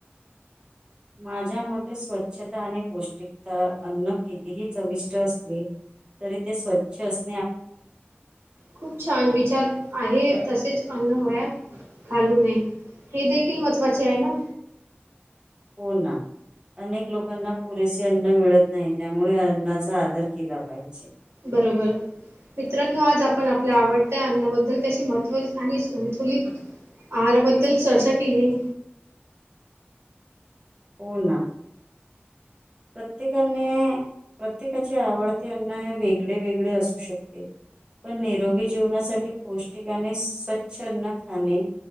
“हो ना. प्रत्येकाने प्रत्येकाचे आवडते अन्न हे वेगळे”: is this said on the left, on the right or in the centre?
Right